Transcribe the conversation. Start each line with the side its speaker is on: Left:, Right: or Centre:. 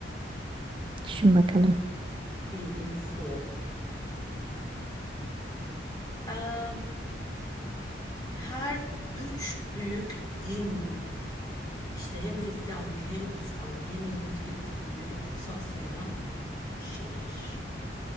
Right: <laughs> Düşün bakalım.
Left: Bir yudum su. Em, her üç büyük din işte hem Hristiyanlık hem İslam hem Yahudilik dininde de kutsal sayılan şehir.